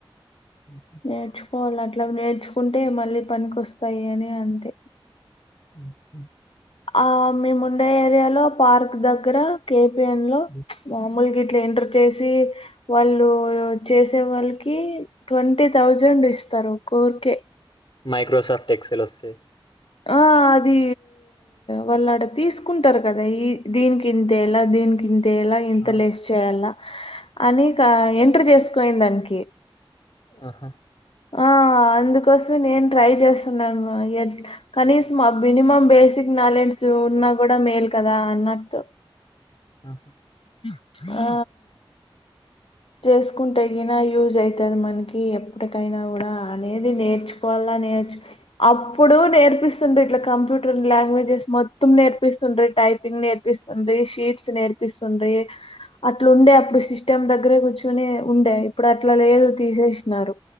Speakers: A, on the left (about 60°); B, on the left (about 80°).
A: ఉహుహ్
B: నేర్చుకోవాలి అట్లా నేర్చుకుంటే మళ్ళీ పనికొస్తాయి అని అంతే
A: ఉహుహ్
B: ఆ మేముండే ఏరియాలో పార్క్ దగ్గర కేపిఎన్ లో
A: హ్మ్.
B: మామూలుగా ఇట్లా ఇంటర్ చేసి వాళ్ళు చేసే వాళ్ళకి ట్వంటీ థౌజండ్ ఇస్తారు కోర్కే
A: మైక్రోసఫ్ట్ ఎక్సెల్ వస్తే
B: ఆ అది వాళ్ళడా తీసుకుంటారు గదా ఈ దీన్ ఇంతేలా దీనక్ దినక్ ఇంతేలా. ఇంత
A: ఆ!
B: లేచ్ చేయాలా అని కా ఎంటర్ జేసుకోయింది దానికి
A: ఆహా
B: ఆ అందుకోసవే నేన్ ట్రై జేస్తున్నా ఏద్ కనీసం ఆ బినిమం బేసిక్ నాలెడ్జ్ ఉన్నా కూడా మేల్ కదా అన్నట్టు.
A: ఉహ్
B: హ ఆ చేసుకుంటే గీనా యూజ్ అయితది. మనకి ఎప్పటికైనా కూడా అనేది నేర్చుకోవాలా నేర్చ్ అప్పుడు నేర్పిస్ డుంటే ఇట్లా కంప్యూటర్ లాంగ్వేజెస్ మొత్తం నేర్పిస్తుండే టైపింగ్ నేర్పిస్తుండే షీట్స్ నేర్ప్ పిసుండే అట్లా ఉండే అప్పుడు సిస్టమ్ దగ్ దగ్గరే కూర్చునే ఉండే ఇప్పుడు అట్లా లేదు తీసేసినారు.